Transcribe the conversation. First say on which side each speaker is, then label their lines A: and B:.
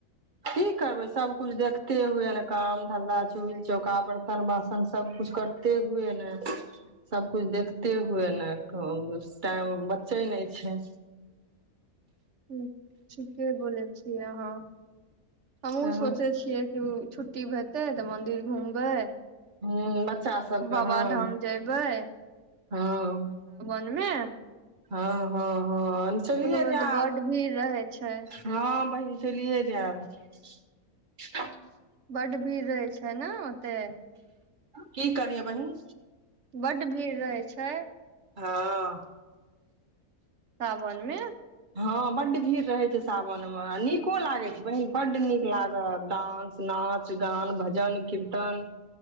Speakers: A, on the right; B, on the right.
A: की करबै सब कुछ देखते हुए ने काम धन्धा चूल्हि चौका बर्तन बासन सब कुछ करते हुए नेए सबकुछु देखते हुए ने टाइम बचै नहि छै
B: ह ठीके बोलै छीय अहाँ हमू
A: तऽ
B: सोचे छियै कि छुट्टी हेतै तऽ मंदिर घुमबै
A: ह बच्चा सभके
B: बाबाधाम
A: हँ
B: जेबै
A: हँ
B: ने
A: हँ हँ हँ हम चलिय
B: मे
A: जा
B: तऽ बड्ड भीड़ रहै छै
A: हँ बह चलिए जायब <unintelligible>
B: बड भीड़ रहै छै ने ओते
A: की कहलिय बहिन
B: बड्ड भीड़ रहै छै
A: हँ
B: साावनमे
A: हँ बड भीड़ रहै छै सावन मे नीको लागै छै बहिन बड्ड नीक लागत डानंस नाच गान भजन कीर्तन